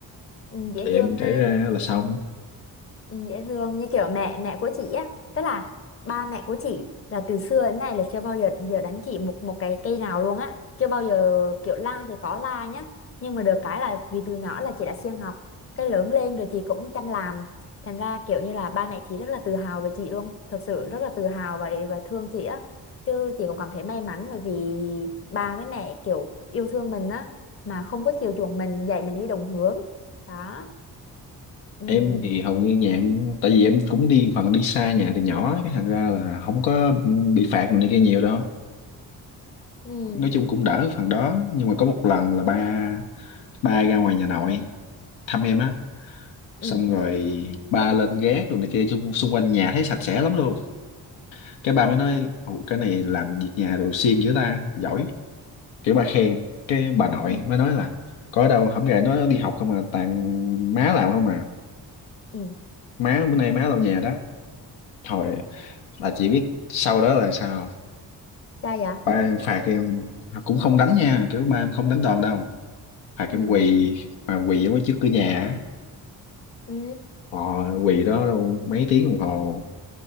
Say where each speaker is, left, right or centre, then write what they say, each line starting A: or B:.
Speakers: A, on the left (about 30°); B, on the left (about 80°).
A: ừ, dễ
B: thì
A: thương
B: em
A: ha
B: kể ra là xong
A: Ừ, dễ thương như kiểu mẹ mẹ của chị á tức là ba mẹ của chị là từ xưa đến nay là chưa bao giờ giờ đánh chị một một cái cây nào luôn á chưa bao giờ kiểu la thì có la nhá nhưng mà được cái là vì từ nhỏ là chị đã siêng học cái lớn lên rồi chị cũng chăm làm thành ra kiểu như là ba mẹ chị rất là tự hào về chị luôn thật sự rất là tự hào và và thương chị á chứ chị cũng cảm thấy may mắn bởi vì ba với mẹ kiểu yêu thương mình á mà không có chiều chuộng mình dạy mình đi đúng hướng đó ừ
B: em thì hầu như nhà em tại vì em cũng đi phần đi xa nhà từ nhỏ á, cái thành ra là không có bị phạt này kia nhiều đâu
A: ừ
B: nói chung cũng đỡ phần đó nhưng mà có một lần là ba ba ra ngoài nhà nội thăm em á xong
A: ừ
B: rồi ba lên gác rồi này kia chung xung quanh nhà thấy sạch sẽ lắm luôn cái ba mới nói Ồ, cái này làm việc nhà đồ siêng dữ ta giỏi kiểu ba khen cái bà nội
A: ừ
B: mới nói là có đâu không gầy nó đi học không à toàn má làm không à
A: ừ
B: má bữa nay má lau nhà đó thôi là chỉ biết sau đó là sao không?
A: sao vậy
B: ba em phạt em cũng không đánh nha kiểu ba em không đánh đòn đâu phạt
A: ừ
B: em quỳ mà quỳ ở ngoài trước cửa nhà á
A: ừ
B: họ quỳ đó đâu mấy tiếng đồng hồ